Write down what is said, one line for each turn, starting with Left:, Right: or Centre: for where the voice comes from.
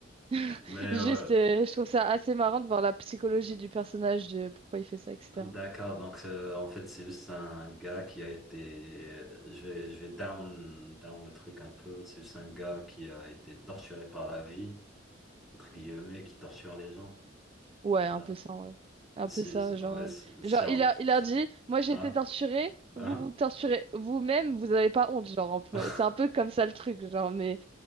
Right: <laughs>
Centre: Mais
Right: juste,
Centre: ouais.
Right: euh, je trouve ça assez marrant de voir la psychologie du personnage, de pourquoi il fait ça, etc.
Centre: D'accord, donc euh, en fait c'est juste un gars qui a été, euh, je vais, je vais down, down le truc un peu, c'est juste un gars qui a été torturé par la vie, entre guillemets, qui torture les gens.
Right: Ouais, un
Centre: Non,
Right: peu ça, ouais. Un
Centre: c'est,
Right: peu ça, genre,
Centre: ouais,
Right: euh,
Centre: c'est, c'est
Right: genre
Centre: un-
Right: il a, il a dit, moi j'ai
Centre: hein?
Right: été torturé,
Centre: Hein?
Right: vous vous torturez vous-même, vous avez pas honte, genre un peu.
Centre: <laughs>
Right: C'est un peu comme ça le truc, genre. Mais